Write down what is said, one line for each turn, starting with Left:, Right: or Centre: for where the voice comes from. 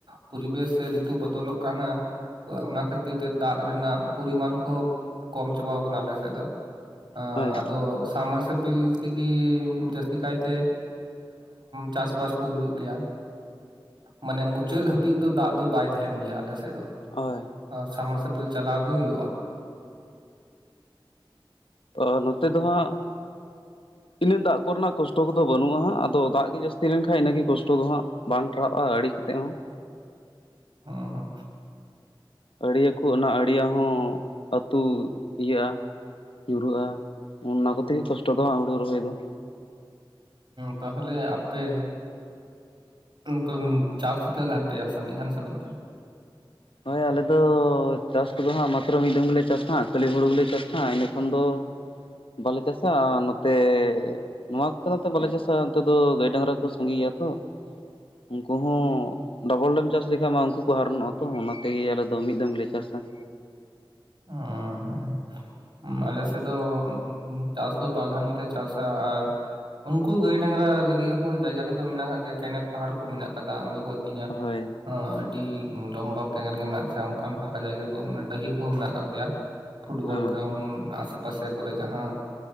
Right: ᱯᱚᱨᱤᱵᱮᱥ ᱥᱮ ᱨᱤᱛᱩ ᱵᱚᱫᱚ ᱞᱚᱜ ᱠᱟᱱᱟ, ᱚᱱᱟ ᱠᱷᱟᱹᱛᱤᱨ ᱛᱮ ᱫᱟᱜ ᱨᱮᱱᱟᱜ ᱯᱚᱨᱤᱢᱟᱱ ᱠᱚᱦᱚᱸ ᱠᱚᱢ ᱪᱟᱵᱟᱣ ᱠᱟᱱᱟ ᱟᱞᱮ ᱥᱮᱫ ᱫᱚ ᱾
Left: ᱦᱳᱭ
Right: ᱟᱫᱚ ᱥᱟᱢᱟᱥᱮᱯᱤᱞ ᱛᱮᱜᱮ ᱡᱟᱹᱥᱛᱤ ᱠᱟᱭᱛᱮ ᱪᱟᱥᱵᱟᱥ ᱠᱚ ᱦᱩᱭᱩᱜ ᱜᱮᱭᱟ᱾ ᱢᱟᱱᱮ ᱢᱩᱪᱟᱹᱫ ᱦᱟᱹᱵᱤᱡ ᱫᱚ ᱫᱟᱜ ᱫᱚ ᱵᱟᱭ ᱛᱟᱦᱮᱱ ᱜᱮᱭᱟ ᱟᱞᱮ ᱥᱮᱫ ᱫᱚ ᱾
Left: ᱦᱳᱭ ᱾
Right: ᱥᱟᱢᱟᱨᱥᱮᱯᱮᱞ ᱪᱟᱞᱟᱣ ᱜᱮ ᱦᱩᱭᱩᱜᱼᱟ᱾
Left: ᱛᱚ ᱱᱚᱛᱮ ᱫᱚ ᱦᱟᱸᱜ ᱤᱱᱟᱹᱜ ᱫᱟᱜ ᱠᱚᱨᱮᱱᱟᱜ ᱠᱚᱥᱴᱚ ᱠᱚᱫᱚ ᱵᱟᱹᱱᱩᱜᱼᱟ ᱦᱟᱸᱜ, ᱟᱫᱚ ᱫᱟᱜ ᱜᱮ ᱡᱟᱹᱥᱛᱤ ᱞᱮᱱᱠᱷᱟᱡ ᱤᱱᱟᱹᱜᱮ ᱠᱚᱥᱴᱚ ᱫᱚ ᱦᱟᱸᱜ ᱾ ᱵᱟᱝ ᱴᱟᱨᱦᱟᱜᱼᱟ ᱟᱹᱲᱤ ᱠᱟᱛᱮᱫ ᱦᱚᱸ
Right: ᱚᱦᱚ
Left: ᱟᱹᱲᱤᱭᱟ ᱠᱚ ᱚᱱᱟ ᱟᱹᱲᱤᱭᱟ ᱦᱚᱸ ᱟᱹᱛᱩ ᱤᱭᱟᱹᱜᱼᱟ ᱧᱩᱨᱩᱜᱼᱟ, ᱚᱱᱟ ᱠᱚᱛᱮ ᱜᱮ ᱠᱚᱥᱴᱚ ᱫᱚ ᱦᱟᱸᱜ ᱦᱩᱲᱩ ᱨᱚᱦᱚᱭ ᱫᱚ ᱾
Right: ᱛᱟᱦᱚᱞᱮ ᱟᱯᱮ ᱛᱚ ᱪᱟᱥ ᱫᱚ ᱛᱤᱱᱟᱹᱜ ᱫᱷᱟᱱ ᱯᱮ ᱡᱟᱥᱟ ᱢᱤᱫ ᱫᱷᱟᱱ ᱥᱮ ᱵᱟᱨ ᱫᱟᱱ?
Left: ᱦᱳᱭ ᱟᱞᱮ ᱫᱚ ᱪᱟᱥ ᱠᱚᱫᱚ ᱦᱟᱸᱜ ᱢᱟᱛᱨᱚ ᱢᱤᱫ ᱫᱚᱢ ᱜᱮᱞᱮ ᱪᱟᱥᱟ, ᱠᱷᱟᱹᱞᱤ ᱦᱩᱲᱩ ᱜᱮᱞᱮ ᱪᱟᱥᱟ ᱤᱱᱟ ᱠᱷᱚᱱ ᱫᱚ ᱵᱟᱞᱮ ᱪᱟᱥᱟ ᱱᱚᱛᱮ ᱱᱚᱣᱟ <unintelligible> ᱵᱟᱞᱮ ᱪᱟᱥᱟ ᱱᱚᱛᱮ ᱫᱚ ᱜᱟᱹᱭ ᱰᱟᱝᱨᱟ ᱠᱚ ᱥᱟᱸᱜᱮ ᱜᱮᱭᱟ ᱛᱚ᱾ ᱩᱱᱠᱩ ᱦᱚᱸ ᱰᱚᱵᱚᱞ ᱰᱚᱢ ᱪᱟᱥ ᱞᱮᱠᱷᱟᱡ ᱢᱟ ᱩᱱᱠᱩ ᱠᱚ ᱦᱟᱨᱚᱱᱚᱜᱼᱟ ᱾ ᱱᱤᱛᱚᱜ ᱦᱚ ᱚᱱᱟ ᱛᱮᱜᱮ ᱟᱞᱮ ᱫᱚ ᱢᱤᱫ ᱫᱚᱢ ᱜᱮᱞᱮ ᱪᱟᱥᱟ ᱾
Right: ᱚ ᱦᱮᱸ ᱾ ᱟᱞᱮ ᱥᱮᱫ ᱫᱚ ᱪᱟᱥ ᱫᱚ ᱵᱟᱨ ᱫᱷᱟᱱ ᱜᱮᱞᱮ ᱪᱟᱥᱟ ᱟᱨ ᱩᱱᱠᱩ ᱜᱟᱹᱭ ᱰᱟᱝᱨᱟ ᱞᱟᱹᱜᱤᱫ ᱦᱚᱸ ᱡᱟᱭᱜᱟ ᱠᱚᱫᱚ ᱢᱮᱱᱟᱜ ᱟᱠᱟᱫ ᱜᱮᱭᱟ, ᱠᱮᱱᱮᱞ ᱯᱟᱦᱟᱲ ᱠᱚ ᱢᱮᱱᱟᱜ ᱟᱠᱟᱫᱟ ᱚᱸᱰᱮ ᱠᱚ ᱟᱛᱤᱧᱟ,
Left: ᱦᱳᱭ
Right: ᱟᱹᱰᱤ ᱞᱚᱢᱵᱟ ᱠᱮᱱᱮᱞ ᱜᱮ ᱢᱮᱱᱟᱜᱼᱟ ᱥᱮ, ᱚᱱᱠᱟᱱ ᱯᱷᱟᱸᱠᱟ ᱡᱟᱭᱜᱟ ᱠᱚ ᱰᱟᱹᱦᱤ ᱠᱚ ᱢᱮᱱᱟᱜ ᱠᱟᱜ ᱜᱮᱭᱟ᱾ ᱯᱷᱩᱴᱵᱚᱞ
Left: ᱦᱮᱸ
Right: ᱜᱨᱟᱩᱱᱰ ᱟᱥᱮ ᱯᱟᱥᱮ ᱠᱚᱨᱮ ᱡᱟᱦᱟᱸ